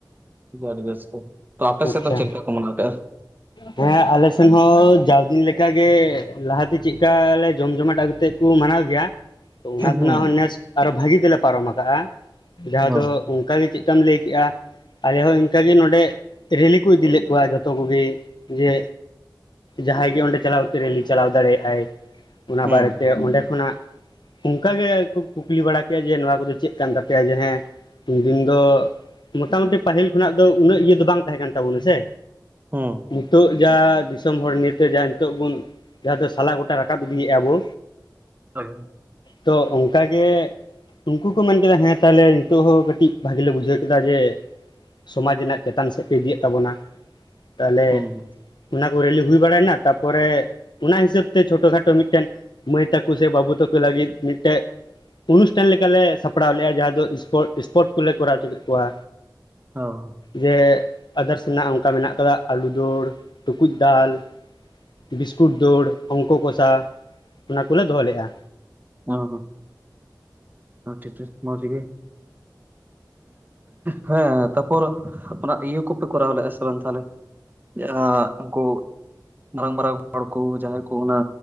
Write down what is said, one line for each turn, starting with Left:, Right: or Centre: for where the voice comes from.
Right: ᱟᱰᱤ ᱵᱮᱥᱜᱤ ᱛᱚ ᱟᱯᱮ
Left: ᱟᱪᱪᱷᱟ
Right: ᱥᱮᱫ ᱫᱚ ᱪᱮᱫ ᱞᱮᱠᱟ ᱠᱚ ᱢᱟᱱᱟᱣ ᱠᱮᱜᱼᱟ
Left: ᱦᱮᱸ ᱟᱞᱮ ᱥᱮᱱ ᱦᱚᱸ ᱡᱟᱣ ᱫᱤᱱ ᱞᱮᱠᱟᱜᱮ ᱞᱟᱦᱟᱛᱮ ᱪᱮᱫᱠᱟ ᱞᱮ ᱡᱚᱢ ᱡᱚᱢᱟᱴ ᱠᱟᱛᱮᱫ ᱠᱚ ᱢᱟᱱᱟᱣ ᱜᱮᱭᱟ ᱛᱚ ᱚᱱᱟ
Right: ᱦᱩᱸ
Left: ᱠᱷᱚᱱᱟᱜ ᱦᱚᱸ ᱱᱮᱥ ᱟᱨᱚ ᱵᱷᱟᱹᱜᱤ ᱛᱮᱞᱮ ᱯᱟᱨᱚᱢ ᱟᱠᱟᱜᱼᱟ ᱡᱟᱸᱦᱟ
Right: ᱦᱩᱸ
Left: ᱫᱚ ᱚᱱᱠᱟ ᱜᱤ ᱪᱮᱫ ᱞᱮᱠᱟᱢ ᱞᱟᱹᱭ ᱠᱮᱜᱼᱟ ᱟᱞᱮ ᱦᱚᱸ ᱤᱱᱠᱟ ᱜᱮ ᱱᱚᱰᱮ ᱨᱮᱞᱤ ᱠᱚ ᱤᱫᱤ ᱞᱮᱫ ᱠᱚᱣᱟ ᱡᱷᱚᱛᱚ ᱠᱚᱜᱤ ᱡᱮ ᱡᱟᱸᱦᱟᱸᱭ ᱜᱮ ᱚᱸᱰᱮ ᱪᱟᱞᱟᱣ ᱠᱟᱛᱮ ᱨᱮᱞᱤ ᱪᱟᱞᱟᱣ ᱫᱟᱲᱮᱭᱟᱜᱼᱟᱭ ᱚᱱᱟ
Right: ᱦᱩᱸ
Left: ᱵᱟᱨᱮᱛᱮ ᱚᱸᱰᱮ ᱠᱷᱚᱱᱟᱜ ᱚᱝᱠᱟ ᱜᱮᱠᱚ ᱠᱩᱠᱞᱤ ᱵᱟᱲᱟ ᱠᱮᱜᱼᱟ ᱡᱮ ᱱᱚᱣᱟ ᱠᱚᱫᱚ ᱪᱮᱫ ᱠᱟᱱ ᱛᱟᱯᱮᱭᱟ ᱡᱮ ᱦᱮᱸ ᱩᱱᱫᱤᱱ ᱫᱚ ᱢᱚᱴᱟᱢᱩᱴᱤ ᱯᱟᱦᱤᱞ ᱠᱷᱚᱱᱟᱜ ᱫᱚ ᱩᱱᱟᱹᱜ ᱤᱭᱟᱹ ᱫᱚ ᱵᱟᱝ ᱛᱟᱦᱮᱸ ᱠᱟᱱ ᱛᱟᱵᱚᱱᱟ ᱥᱮ
Right: ᱦᱩᱸ
Left: ᱱᱤᱛᱚᱜ ᱡᱟ ᱫᱤᱥᱚᱢ ᱦᱚᱲ ᱱᱤᱭᱮᱛᱮ ᱡᱟᱦᱟ ᱱᱤᱛᱚᱜ ᱵᱚᱱ ᱡᱟᱸᱦᱟ ᱫᱚ ᱥᱟᱞᱟ ᱜᱚᱴᱟ ᱨᱟᱠᱟᱵ ᱤᱫᱤᱭᱮᱫᱼᱟ ᱵᱩ
Right: <unintelligible>
Left: ᱛᱚ ᱚᱱᱠᱟ ᱜᱮ ᱩᱱᱠᱩ ᱠᱚ ᱢᱮᱱ ᱠᱮᱫᱟ ᱦᱮᱸ ᱛᱟᱦᱚᱞᱮ ᱱᱤᱛᱚᱜ ᱦᱚᱸ ᱠᱟᱹᱴᱤᱡ ᱵᱷᱟᱜᱮ ᱞᱮ ᱵᱩᱡᱷᱟᱹᱣ ᱠᱮᱫᱟ ᱡᱮ ᱥᱚᱢᱟᱡᱽ ᱨᱮᱱᱟᱜ ᱪᱮᱛᱟᱱ ᱥᱮᱫ ᱯᱮ ᱤᱫᱤᱭᱮᱫ ᱛᱟᱵᱚᱱᱟ ᱛᱟᱦᱚᱞᱮ
Right: ᱦᱩᱸ ᱦᱩᱸ
Left: ᱚᱱᱟ ᱠᱚᱨᱮᱞᱮ ᱦᱩᱭ ᱵᱟᱲᱟᱭᱮᱱᱟ ᱛᱟᱯᱚᱨᱮ ᱚᱱᱟ ᱦᱤᱥᱟᱹᱵ ᱛᱮ ᱪᱷᱳᱴᱳ ᱠᱷᱟᱴᱚ ᱢᱤᱫᱴᱮᱱ ᱢᱟᱹᱭ ᱛᱟᱠᱩ ᱥᱮ ᱵᱟᱵᱩ ᱛᱟᱠᱩ ᱞᱟᱜᱤᱫ ᱢᱤᱫᱴᱮᱡ ᱚᱱᱩᱥᱴᱷᱟᱱ ᱞᱮᱠᱟᱞᱮ ᱥᱟᱯᱲᱟᱣ ᱞᱮᱜᱼᱟ ᱡᱟᱸᱦᱟᱸ ᱫᱚ ᱥᱯᱳᱨᱴ ᱠᱚᱞᱮ ᱠᱚᱨᱟᱣ ᱦᱩᱪᱩ ᱠᱮᱫ ᱠᱚᱣᱟ
Right: ᱚ
Left: ᱡᱮ ᱟᱫᱟᱨᱥ ᱨᱮᱱᱟᱜ ᱚᱱᱠᱟ ᱢᱮᱱᱟᱜ ᱠᱟᱫᱟ ᱟᱞᱩ ᱫᱳᱲ ᱴᱩᱠᱩᱡ ᱫᱟᱞ ᱵᱤᱥᱠᱩᱴ ᱫᱟᱹᱲ ᱚᱝᱠᱚ ᱠᱚᱥᱟ ᱚᱱᱟ ᱠᱚᱞᱮ ᱫᱚᱦᱚ ᱞᱮᱜᱼᱟ
Right: ᱚ ᱦᱚᱸ ᱴᱷᱤᱠ ᱴᱷᱟᱠ ᱢᱚᱡ ᱜᱤ ᱦᱚᱸ ᱛᱟᱯᱚᱨ ᱚᱱᱟ ᱤᱭᱟᱹ ᱠᱚᱯᱮ ᱠᱚᱨᱟᱣ ᱞᱮᱜᱼᱟ ᱥᱮ ᱵᱟᱝ ᱛᱟᱦᱞᱮ ᱡᱟᱸᱦᱟᱸ ᱩᱱᱠᱩ ᱢᱟᱨᱟᱝ ᱢᱟᱨᱟᱝ ᱦᱚᱲ ᱠᱩ ᱡᱟᱸᱦᱟᱸᱭ ᱠᱩ ᱚᱱᱟ